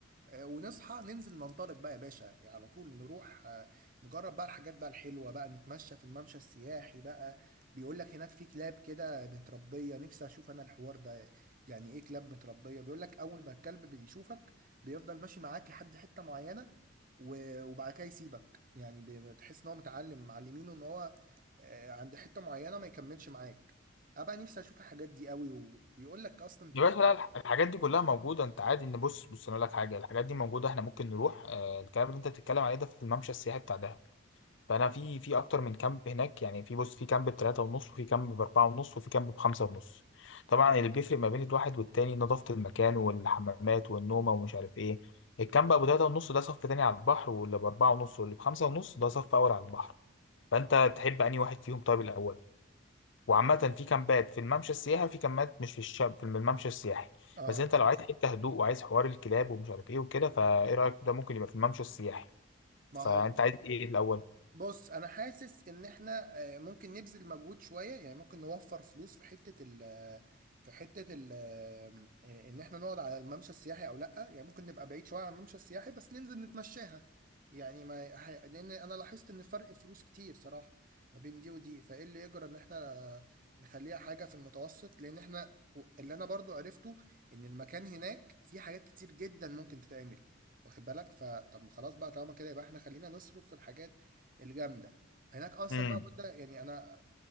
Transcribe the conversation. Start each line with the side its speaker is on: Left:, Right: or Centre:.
Right: آه، ونصحى ننزل ننطلق بقى يا باشا يعني على طول نروح آه، نجرب بقى الحاجات بقى الحلوة بقى نتمشى في الممشى السياحي بقى بيقول لك هناك في كلاب كده متربية نفسي أشوف أنا الحوار ده يعني إيه كلاب متربية بيقول لك أول ما الكلب بيشوفك بيفضل ماشي معاك لحد حتة معينة و- وبعد كده يسيبك يعني بي- بتحس إن هو متعلم معلمينه إن هو آه، عند حتة معينة ما يكملش معاك أبقى نفسي أشوف الحاجات دي قوي وبيقول لك أصلا في
Left: يا باشا لا الح- الحاجات دي كلها موجودة انت عادي ان بص بص انا اقول لك حاجة الحاجات دي موجودة احنا ممكن نروح آه الكلام اللي انت بتتكلم عليه ده في الممشى السياحي بتاع دهب فانا في في اكتر من كامب هناك يعني في بص في كامب بتلاتة ونص وفي كامب باربعة ونص وفي كامب بخمسة ونص طبعا اللي بيفرق ما بين الواحد والتاني نظافة المكان والحمامات والنومة ومش عارف ايه الكامب ابو تلاتة ونص ده صف تاني على البحر واللي باربعة ونص واللي بخمسة ونص ده صف اول على البحر فانت تحب انهي واحد فيهم طيب الاول وعامة في كامبات في الممشى السياحي وفي كامبات مش في الشاب في الممشى السياحي
Right: آه
Left: بس انت لو عايز حتة هدوء وعايز حوار الكلاب ومش عارف ايه وكده فايه رأيك ده ممكن يبقى في الممشى السياحي فانت
Right: ما هو
Left: عايز ايه الاول
Right: بص انا حاسس ان احنا آه، ممكن نبذل مجهود شويه يعني ممكن نوفر فلوس في حته ال في حته ال آه، ان احنا نقعد على الممشى السياحي او لا يعني ممكن نبقى بعيد شويه عن الممشى السياحي بس ننزل نتمشاها يعني ما ه- لان انا لاحظت ان فرق فلوس كتير صراحه ما بين دي ودي فايه اللي يجرى ان احنا نخليها حاجه في المتوسط لان احنا اللي انا برضو عرفته ان المكان هناك فيه حاجات كتير جدا ممكن تتعمل واخد بالك فطب ما خلاص بقى طالما كده يبقى احنا خلينا نصرف في الحاجات الجامده هناك اصلا
Left: امم
Right: بقى بودة يعني انا